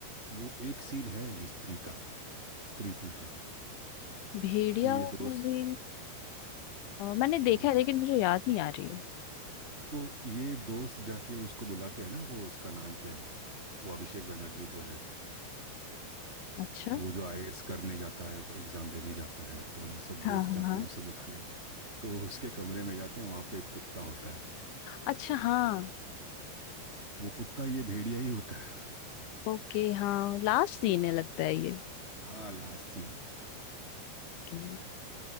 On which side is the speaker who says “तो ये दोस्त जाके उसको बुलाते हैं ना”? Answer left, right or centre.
Right